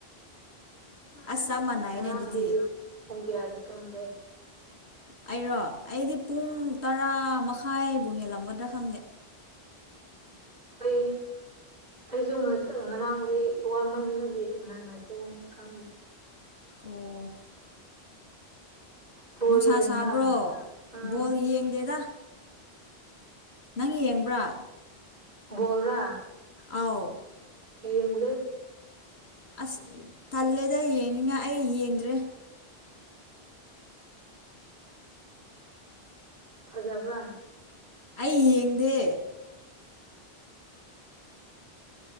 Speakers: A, on the left; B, on the right.
A: ꯑꯁ ꯆꯞ ꯃꯥꯟꯅꯩꯅꯦ
B: ꯉꯅꯥꯥꯡꯗꯤ
A: ꯑꯗꯨꯗꯤ
B: ꯎꯨꯡꯒꯌꯥ ꯑꯗꯨ ꯇꯒ
A: ꯑꯩꯔꯣ ꯑꯩꯗꯤ ꯄꯨꯡ ꯇꯔꯥ ꯃꯈꯥꯏꯕꯨ ꯍꯦꯜꯂꯝꯒꯗ꯭ꯔꯥ ꯈꯪꯗꯦ
B: ꯑꯩ ꯑꯩꯁꯨ ꯉꯔꯥꯡꯒꯤ ꯋꯥꯃꯟꯕꯒꯤ ꯉꯟꯅ ꯑꯗꯨꯨꯝ ꯈꯪꯉ
A: ꯑꯣ
B: ꯕꯣꯜ
A: ꯅꯨꯡꯁꯥ
B: ꯌꯦꯡꯕ꯭ꯔꯥ
A: ꯁꯥꯕ꯭ꯔꯣ
B: ꯑꯥ
A: ꯕꯣꯜ ꯌꯦꯡꯗꯦꯗ ꯅꯪ ꯌꯦꯡꯕ꯭ꯔꯥ
B: ꯣꯜ꯭ꯔꯥ
A: ꯑꯥꯎ
B: ꯌꯦꯡꯗ
A: ꯑꯁ ꯊꯜꯂꯦꯗ ꯌꯦꯡꯅꯤꯡꯉ ꯑꯩ ꯌꯦꯡꯗ꯭ꯔꯦ
B: ꯑꯖꯕ
A: ꯑꯩ ꯌꯦꯡꯗꯦ